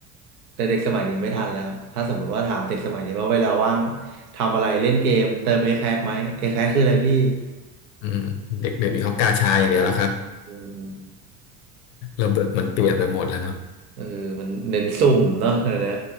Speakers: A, on the right; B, on the left.
A: แต่เด็กสมัยนี้ไม่ทันแล้วถ้าสมมติว่าถามเด็กสมัยนี้ว่าเวลาว่างทำอะไรเล่นเกมเติมเอแคสไหมเอแคสคืออะไรพี่
B: อืมเด็กเดี๋ยวนี้เขากาชาอย่างเดียวแล้วครับ
A: อืม
B: ระบบมันเปลี่ยนไปหมดแล้วเนาะ
A: เออมันเน้นสุ่มเนาะเดี๋ยวนี้